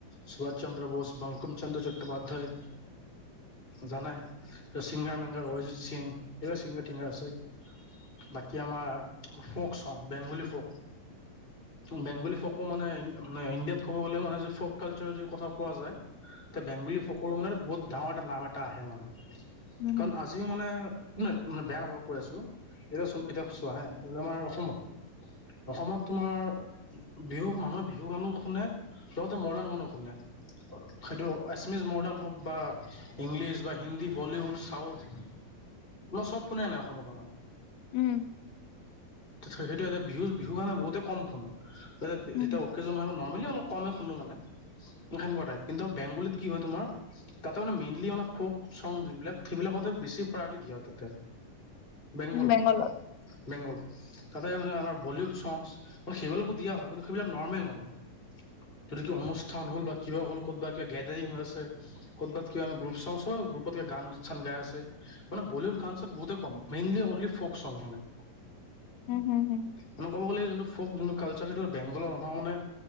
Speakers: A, on the left; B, on the left.
A: সুভাষ চন্দ্ৰ বোস, বংকুম চন্দ্ৰ চটোপাধ্যায় জানাই। চিংগাৰ-মিংগাৰ অৰিজিত সিং এইবিলাক চিংগাৰ-টিঙাৰ আছে বাকী' আমাৰ ফক চং বেংগলী ফক। বেংগলী ফকো মানে মানে ইণ্ডিয়াত ক'ব গ'লে মানে ফ'ক কালচাৰৰ যি কথা কোৱা যায়। এ বেংগলী ফক মানে বহুত ডাঙৰ এটা নাম এটা আহে মানে।
B: হুম হুম হুম
A: কাৰণ আ- জি মানে মানে বেয়া নাপাবা কৈ আছো এতিয়া চ' এতিয়া চোৱা হে আমাৰ অসমত- অসমত তোমাৰ- বিহু মানুহে বিহু গানো শুনে লগতে মডাৰ্ণ গানো শুনে। সেইটো আছামিজ মৰ্ডাণ হওঁক বা- ইংলিছ বা হিন্দী বলিউড, চাউথ এইবোৰ চব শুনে নাই অসমত আমাৰ।
B: উম।
A: সেইটো এতিয়া বিহু-বিহু কাৰাণে বহুতে কম শুনো। যেতিয়া
B: হুম
A: অকেজন হয় নৰমেলি কমে শুনো মানে সেনেকুৱা তাইপ। কিন্তু বেংগলীত কি হয় তোমাৰ- তা'তে মানে মেইনলি অক ফৌক চং যোনবিলাক সেইবিলাকতে বেছি প্ৰায়ৰিটি দিয়া হয় তা'তে। বেংগলত-বেংগলত।
B: হুম বেংগলত
A: তা'তে মানে আমাৰ বলিউড চং মানে সেইবিলাকো দিয়া হয় কিন্তু সেইবিলাক নৰ্মেল মানে। যদি কিবা অনুষ্ঠান হ'ল বা কিবা হ'ল ক'ত বা কিবা গেডাৰিং হৈ আছে- কৰ'বাত কিবা গ্ৰুপ চং চব গ্ৰুপতে গান-চান গাই আছে। মানে বলউড গান-চান বহুতে কম মেইনলি অনলি ফক চং মানে।
B: উম, হুম-হুম।
A: মানে ক'ব গ'লে যোনটো ফৌক যোনটো কালচাৰ বেংগল মানুহৰ মানে-